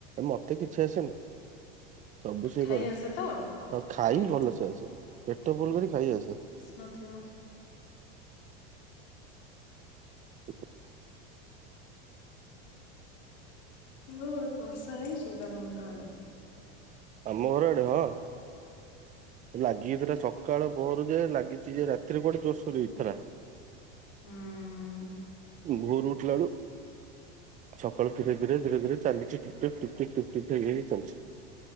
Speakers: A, on the right; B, on the left.
A: ମତେ କିଛି ଆସେନି ସବୁ ସିଏ
B: ଖାଇ
A: କରେ,
B: ଆସେ ତ?
A: ଆଉ ଖାଇ ଭଲସେ ଆସେ ପେଟ ଭଲ କରି ଖାଇ ଆସ।
B: ନ ଥିବ।
A: <inaudible>
B: ହଉ ଆଉ ବର୍ଷା ହେଇଛି, ତମ ଘର ଆଡେ
A: ଆମ ଘର ଆଡେ ହଁ। ଲାଗିଯାଇଥିଲା ସକାଳ ପୋହରୁ ଯେ ଲାଗିଛି ଯେ ରାତିରେ କୁଆଡ଼େ ଜୋରସୋରରେ ହେଇଥିଲା।
B: ହୁଁ
A: ଭୋରୁ ଉଠିଲା ବେଳୁ, ସକାଳୁ ଧୀରେ ଧୀରେ ଧୀରେ ଧୀରେ ଚାଲିଛି ଟିପ୍ ଟିପ୍ ଟିପ୍ ଟିପ୍ ହେଇ ହେଇ ଚାଲିଛି।